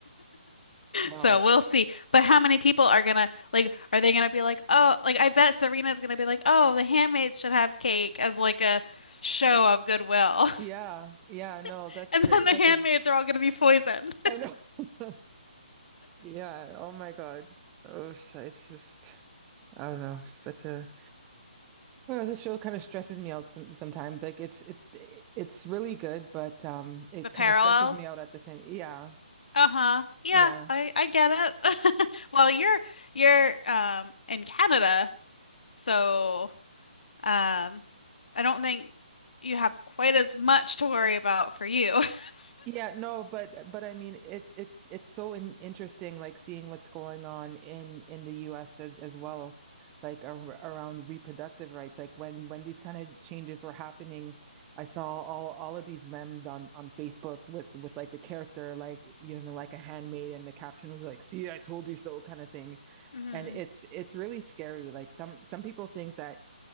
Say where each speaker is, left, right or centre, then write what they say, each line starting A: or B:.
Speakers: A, on the right; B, on the left.
A: Wow.
B: So we'll see. But how many people are gonna like? Are they gonna be like, oh, like I bet Serena's gonna be like, oh, the handmaids should have cake as like a show of goodwill,
A: Yeah. Yeah. No,
B: <laughs>
A: that's
B: and then
A: a-
B: the
A: that's
B: handmaids
A: a
B: are all gonna be poisoned.
A: I know. <laughs> Yeah. Oh my God. Oh, sh- it's just I don't know. Such a oh, the show kind of stresses me out some, sometimes. Like it's it it's really good, but um, it
B: The parallels.
A: kind of stresses me out at the same. Yeah.
B: Uh-huh. Yeah,
A: Yeah.
B: I I get it. <laughs> Well, you're you're um in Canada, so um I don't think you have quite as much to worry about for you. <laughs>
A: Yeah, no, but but I mean it's it it's so in, interesting like seeing what's going on in in the US as, as well like ar around reproductive rights like when when these kind of changes were happening I saw all all of these memes on on Facebook with with like the character like you know like a handmaid and the caption was like see I told you so kind of thing
B: Mm-hmm.
A: and it's it's really scary like some some people think that